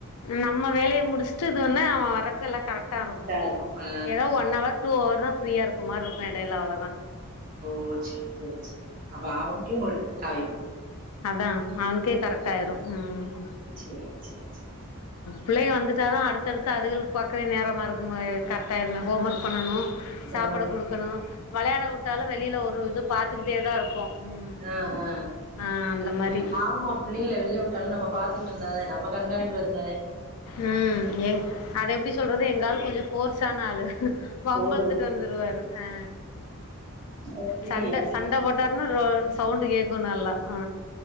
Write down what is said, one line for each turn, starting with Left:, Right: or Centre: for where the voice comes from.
Left: நம்ம வேலைய முடிச்சுட்டு இது பண்ணா அவ வரக்கு எல்லா கரெக்ட்டா இருக்கு
Right: இருக்கும். ஆ.
Left: எதோ ஒன் ஹவர் டூ ஹவர் தா ஃப்ரீயா இருக்க மார் இருக்கு எடைல அவ்ளோதா
Right: ஓ சேரி சேரி சேரி அப்ப அவனுக்கே உங்களுக்கு ட்டாயிரு
Left: அதா அவனுக்கே கரெக்ட்டாயிரு ம்
Right: சேரி சேரி சேரி சேரி
Left: பிள்ளைக வந்துட்டாதா அடுத்தடுத்து அதுகளுக்கு பாக்கவே நேரமா இருக்கு மாரியே இரு கரெக்ட்டா ஆயிருமே ஹோம் ஒர்க் பண்ணணு சாப்பாட
Right: ஆ,
Left: குடுக்கணு வெளாட வுட்டாலு வெளில ஒரு இது பாத்துக்கிட்டே தா இருப்போ ம்
Right: ஆ ஆ
Left: ஆ அந்த மாரி
Right: ஆமா ப் பிள்ளைகள வெளில வுட்டாலு நம்ம பாத்துக்கிட்டு இருந்தாதே நம்ம கண்காணிப்புல இருந்தாதே
Left: ம் எ அது எப்டி சொல்றது எங்காளு கொஞ்சோ ஃபோர்ஸான ஆளு வம்பிழுத்துட்டு
Right: ஓஹோ!
Left: வந்துருவாரு ஆ
Right: அப்டியா?
Left: சண்ட சண்ட போட்டாருனா ரோ சவுண்டு கேக்கு நல்லா ஆ